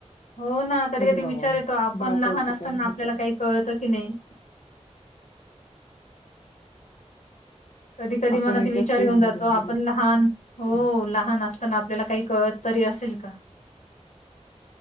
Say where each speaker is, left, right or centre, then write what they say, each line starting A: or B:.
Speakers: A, on the left (about 85°); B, on the left (about 55°).
A: हो ना कधी-कधी
B: अरे वा
A: विचार
B: वा!
A: येतो आपण
B: बाळ
A: लहान
B: कौतुकाने
A: असताना आपल्याला
B: हे करतंय.
A: काही कळतं की नाही. कधी कधी
B: आपणही
A: मनात विचार
B: त्या स्टेज
A: येऊन जातो
B: मधून
A: आपण
B: गेलो.
A: लहान हो
B: हं.
A: लहान अस त्यांना आपल्याला काही कळत तरी असेल का?